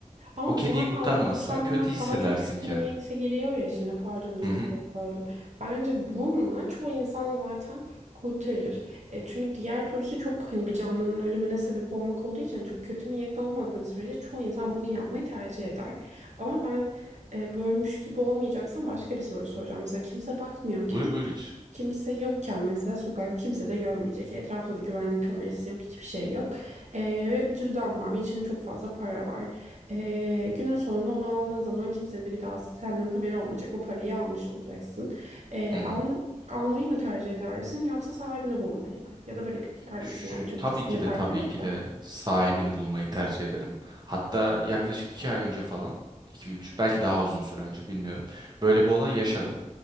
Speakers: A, on the right; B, on the right.
A: Ama
B: O kediyi
A: bu zaten
B: kurtarmazsan
A: onu kurtarmamak
B: kötü hissedersin
A: daha çok kötü
B: kendi.
A: niyete giriyor ya şimdi pardon özür
B: Hı hı.
A: dilerim böldüm. Bence bununla çoğu insan zaten kurtarır. E, çünkü diğer türlüsü çok hani bir canlının ölümüne sebep olmak olduğu için hani çok kötü niyetli olmadığın sürece çoğu insan bunu yapmayı tercih eder. Ama ben e, bölmüş gibi olmayacaksam başka bir soru soracağım. Mesela kimse bakmıyorken
B: Buyur buyur hiç.
A: Kimse yokken mesela sokakta kimse de görmeyecek. Etrafta da güvenlik kamerası yok, hiçbir şey yok. Ee, ve bir cüzdan var ve içinde çok fazla para var. Ee, günün sonunda onu aldığın zaman kimsenin de bir daha senden haberi olmayacak. O parayı almış olacaksın. Ee,
B: Hı hı.
A: al- almayı mı tercih edersin yoksa sahibini bulmayı mı? Ya da bırakıp gider
B: Ş-
A: misin? Yani çok
B: Tabii
A: ikisinde
B: ki
A: fark
B: de tabii
A: yok
B: ki
A: da.
B: de sahibini bulmayı tercih ederim. Hatta yaklaşık iki ay önce falan, iki üç belki daha uzun süre önce bilmiyorum. Böyle bir olay yaşadım.